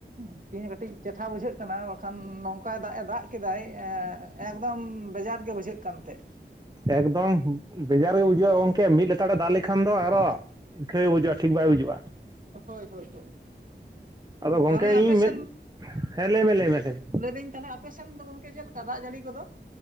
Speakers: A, on the right (about 45°); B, on the right (about 20°).
A: ᱩᱸ ᱛᱤᱦᱤᱧ ᱠᱟᱹᱴᱤᱡ ᱪᱮᱴᱷᱟ ᱵᱩᱡᱷᱟᱹᱜ ᱠᱟᱱᱟ ᱵᱟᱠᱷᱟᱱ ᱱᱚᱝᱠᱟᱭ ᱫᱟᱜ ᱮ ᱫᱟᱜ ᱠᱮᱫᱟᱭ ᱮᱸᱜ ᱮᱠᱫᱚᱢ ᱵᱟᱡᱟᱨ ᱜᱮ ᱵᱩᱡᱷᱟᱹᱜ ᱠᱟᱱ ᱛᱮᱸᱜ᱾
B: ᱮᱠᱫᱚᱢ ᱵᱮᱡᱟᱨ ᱜᱮ ᱵᱩᱡᱩᱜᱼᱟ ᱜᱚᱝᱠᱮ ᱢᱤᱫ ᱞᱮᱛᱟᱲᱮ ᱫᱟᱜ ᱞᱮᱠᱷᱟᱱ ᱫᱚ ᱟᱨᱚ ᱤᱠᱷᱟᱹ ᱵᱩᱡᱟᱹᱜᱼᱟ ᱴᱷᱤᱠ ᱵᱟᱭ ᱵᱩᱡᱩᱜᱼᱟ᱾
A: ᱦᱳᱭ ᱦᱳᱭ ᱦᱳᱭ
B: ᱟᱫᱚ
A: ᱛᱟᱦᱚᱞᱮ
B: ᱜᱚᱝᱠᱮ
A: ᱟᱯᱮ
B: ᱤᱧ
A: ᱥᱮᱱ
B: ᱢᱮᱱ ᱦᱮᱸ ᱞᱟᱹᱭ ᱢᱮ ᱞᱟᱹᱭ ᱢᱮ ᱞᱟᱹᱭ ᱢᱮ᱾
A: ᱞᱟᱹᱫᱤᱧ ᱛᱟᱦᱞᱮ ᱟᱯᱮ ᱥᱮᱱ ᱫᱚ ᱜᱚᱝᱠᱮ ᱪᱮᱫ ᱞᱮᱠᱟ ᱫᱟᱜ ᱡᱟᱹᱲᱤ ᱠᱚᱫᱚ?